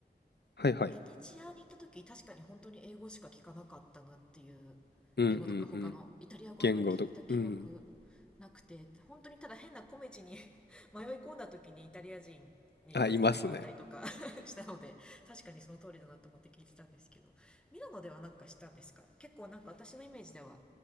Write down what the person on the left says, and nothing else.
はいはい。
うんうんうん。
言語と、うん。
あ、いますね。